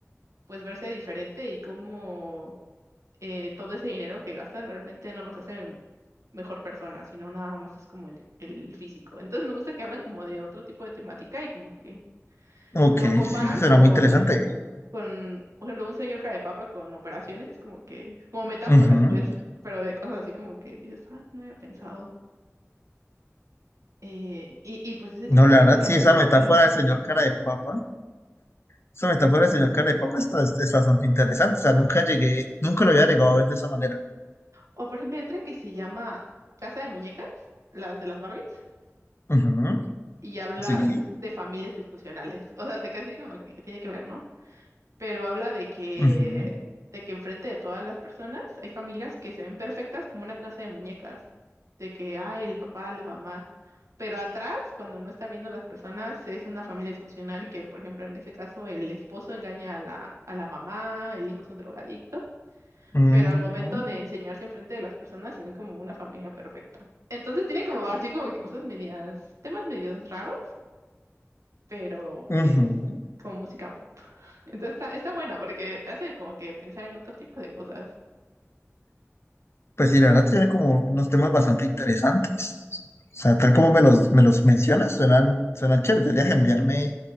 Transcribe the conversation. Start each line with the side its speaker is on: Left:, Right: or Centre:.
Right: pues verse diferente y cómo eh, todo ese dinero que gastan realmente no los hace mejor persona, sino nada más es como el, el físico. Entonces me gusta que hablan como de otro tipo de temática y como que
Left: ok,
Right: lo comparan
Left: sí, suena
Right: con,
Left: muy interesante.
Right: con, por ejemplo, un señor cara de papa con operaciones, es como que, como metáforas,
Left: Ujú.
Right: pues, pero de cosas así como que dices, ah, no había pensado. Eh, y, y pues ese
Left: No,
Right: tipo de
Left: la
Right: música
Left: verdad, sí,
Right: me
Left: esa
Right: gusta.
Left: metáfora del señor cara de papa. Esa metáfora del señor Carepapa está, está bastante interesante. O sea, nunca llegué, nunca lo había llegado a ver de esa manera.
Right: O por ejemplo, hay otra que se llama Casa de Muñecas, las de las Barbies,
Left: Ujú,
Right: y habla,
Left: Sí.
Right: es, es de familias disfuncionales. O sea, te casi como que, que tiene que ver, ¿no? pero habla de que,
Left: ujú,
Right: de que enfrente de todas las personas hay familias que se ven perfectas como una casa de muñecas, de que, ay, el papá, la mamá, pero atrás, cuando no está viendo las personas, es una familia disfuncional que, por ejemplo, en ese caso, el esposo engaña a la, a la mamá, el hijo es un drogadicto.
Left: ujú,
Right: Pero al momento de enseñarse enfrente de las personas se ven como una familia perfecta. Entonces tiene como así como que cosas medias, temas medios raros, pero
Left: ujú.
Right: pues como música pop. <laughs> Entonces está, está bueno porque te hace como que pensar en otro tipo de cosas.
Left: Pues sí, la verdad tiene como unos temas bastante interesantes. O sea, tal como me los, me los mencionas, suenan, suenan chéveres. Deberías enviarme